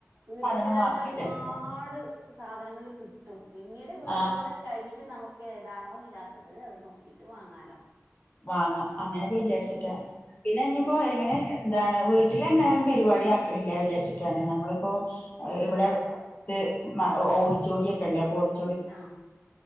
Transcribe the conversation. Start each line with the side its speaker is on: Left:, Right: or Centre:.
Right: വീട്ടിൽ
Left: സാധനം
Right: കൂടലിന്
Left: വാങ്ങാൻ
Right: ഒരുപാട്
Left: വിചാരിക്കും
Right: സാധനങ്ങൾ കിട്ടും പിന്നീട് വീട്ടിൽ
Left: ആ
Right: കൂടലൊക്കെ കഴിഞ്ഞിട്ട് നമുക്ക് ഏതാണോ ഇല്ലാത്തത് അത് നോക്കിട്ട് വാങ്ങാലോ
Left: വാങ്ങാ അങ്ങനെയൊക്കെ വിചാരിച്ചിട്ടാ
Right: ഉം
Left: പിന്നെ ഇനിപ്പോ
Right: അതെ
Left: എങ്ങനെ എന്താണ് വീട്ടില് എങ്ങനെലും പരിപാടി ആക്കണില്ല വിചാരിച്ചിട്ടാണ് നമ്മളിപ്പോ
Right: ആ
Left: ഇവിടെ അടുത്ത് ഓഡിറ്റോറിയം ഒക്കെ ഉണ്ട് അപ്പൊ ഓഡിറ്റോ
Right: ആഹ്